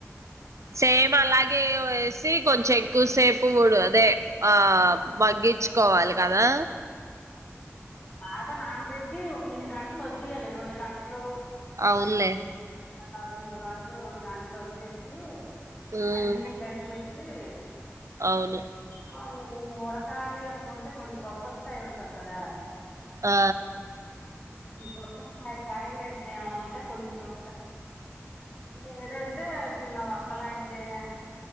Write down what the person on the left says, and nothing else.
బాగా నానబెట్టి ఒక ఇన్ని గంటలు వదిలియాలి రెండు గంటలు
అలాగ మూడు గంటలు రెండు గంటలు వదిలేెసి
అన్ని కలిపి హ
కొంచం ఉడకాలి అనుకుంటే కొంచెం బొప్ప కాయి ఉంటారు కదా
బుడపయ కాయలుంటి దేమన అంటే కొంచెం లేదంటే చిన్న వక్క లాంటిదేనా